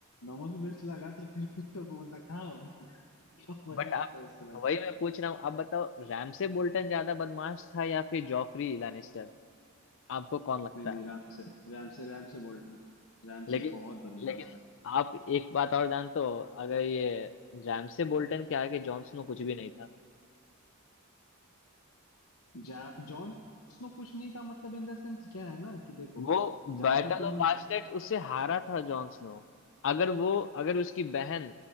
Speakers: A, on the left; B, on the left.
A: नमक मिर्च लगा तो फिर कुत्तों को बोलता खाओ <laughs> मजा
B: बट
A: आता
B: आप
A: उसको
B: वही मैं पूछ रहा हूँ आप बताओ रैमसे बोल्टन ज्यादा बदमाश था या फिर जॉफरी लानिस्टर आपको कौन लगता
A: नहीं नहीं
B: है
A: राम से राम से राम से बोल्टन राम
B: लेकिन
A: से बहुत बदमाश
B: लेकिन
A: था
B: आप एक बात और जानते हो अगर ये रैमसे बोल्टन के आगे जॉन स्नो कुछ भी नहीं था
A: जा जॉन स्नो कुछ नहीं था मतलब इन द सेंस क्या है ना कि देखो
B: वो
A: जहां
B: बैटल
A: पे तुम
B: ऑफ बास्टेट
A: मत
B: उससे हारा था जॉन स्नो अगर वो अगर उसकी बहन